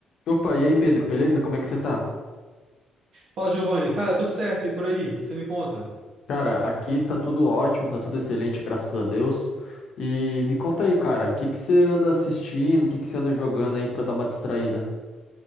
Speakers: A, on the left (about 65°); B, on the right (about 65°).
A: Opa, e aí, Pedro, beleza? Como é que você tá?
B: Fala, Giovanni. Cara, tudo certo e por aí? O que que você me conta?
A: Cara, aqui tá tudo ótimo, tá tudo excelente, graças a Deus. E me conta aí, cara, o que que você anda assistindo, o que que você anda jogando aí pra dar uma distraída?